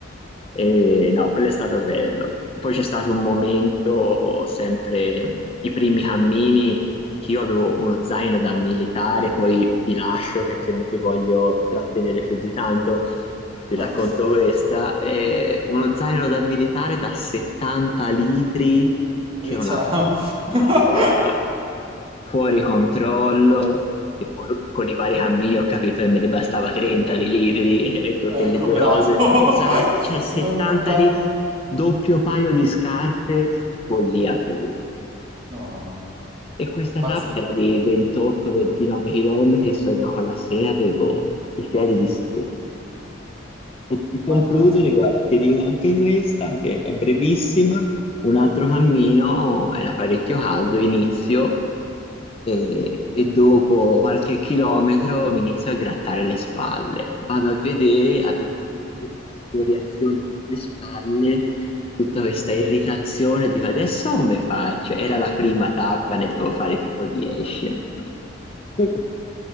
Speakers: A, on the left; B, on the right.
A: e no, quello è stato bello. Poi c'è stato un momento, sempre mh, i primi cammini, che io avevo uno zaino da militare, poi ti lascio perché non ti voglio trattenere più di tanto vi
B: No,
A: racconto
B: no, no, no.
A: questa, è uno zaino da militare da 70 litri, che
B: E
A: è una,
B: ciao.
A: una
B: <laughs>
A: cosa fuori controllo, e poi con i vari cammini ho capito che me ne bastava 30 di litri, <laughs> ecco che
B: Ecco,
A: le due
B: bravo.
A: cose,
B: <laughs>
A: esatto, cioè
B: Si
A: 70
B: va in montagna.
A: litri, doppio paio di scarpe, f- follia pura.
B: No, no, no, no.
A: E questa
B: Pazzesco.
A: tappa era di 28-29 km e sono arrivato la sera, avevo i piedi distrutti. E per concludere,
B: Mannaggia.
A: guarda, ti dico anche questa, anche è brevissima. Un altro cammino era parecchio caldo, inizio e, e dopo qualche chilometro mi inizio a grattare le spalle. Vado a vedere, avevo tutta questa scoriazione sulle spalle tutta questa irritazione, dico adesso come faccio? Era la prima tappa, ne dovevo fare tipo 10. No. <laughs>